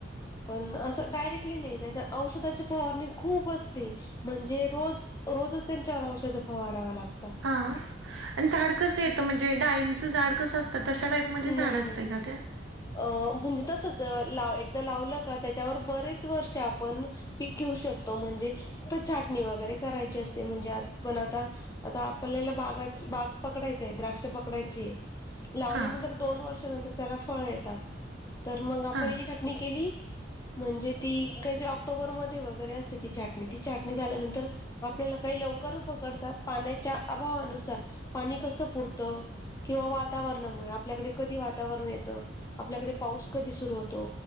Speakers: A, on the left; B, on the right.
A: पण असं डायरेक्टली नाही, तर औषधाची फवारणी खूप असती. म्हणजे रोज रोजच त्यांच्यावर औषध फवारावं लागता.
B: हा आणि झाड कसं येतं म्हणजे डाळींबचं झाड कसं असतात? तशा टाईपमध्ये झाड
A: नाही
B: असतंय
A: नाही नाही
B: का
A: नाही.
B: ते?
A: अ म्हणजे तसंच लाव एकदा लावलं का, त्याच्यावर बरेच वर्ष आपण पीक घेऊ शकतो म्हणजे फक्त छाटणी वगैरे करायची असते म्हणजे पण आता आता आपल्याला बागाची बाग पकडायचा आहे, द्राक्ष पकडायची आहे. लावल्यानंतर
B: हा
A: दोन वर्षानंतर त्याला फळ येतात, तर मग
B: हा
A: पहिली छाटणी केली म्हणजे ती काहीतरी ऑक्टोबरमध्ये वगैरे असते ती छाटणी. ती छाटणी झाल्यानंतर आपल्याला काही लवकर पकडतात पाण्याच्या अभावानुसार. पाणी कसं पुरतं किंवा वातावरणामुळे आप आपल्याकडे कधी वातावरण येतो आपल्याकडे पाऊस कधी सुरू होतो